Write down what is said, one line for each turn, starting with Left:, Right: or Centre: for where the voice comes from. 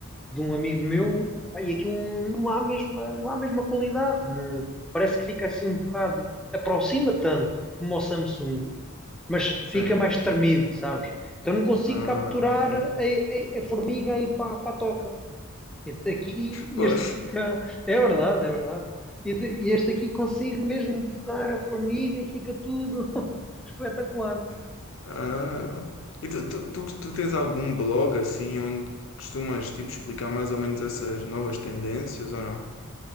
Centre: de um amigo meu epá, e aquilo não há a mesma, não há a mesma qualidade, não- parece que fica assim um bocado, aproxima tanto como o Samsung, mas
Left: Sim.
Centre: fica mais tremido, sabes? Então não consigo
Left: Ah,
Centre: capturar
Left: ok.
Centre: a, a- a formiga aí para, para a toca. Este aqui,
Left: Pô,
Centre: este fica, é verdade, é verdade. E de- e este aqui consigo mesmo focar a formiga e fica tudo <laughs> espetacular.
Left: <laughs> ah. E tu, tu, tu, tu tens algum blog assim onde costumas tipo explicar mais ou menos essas novas tendências ou não?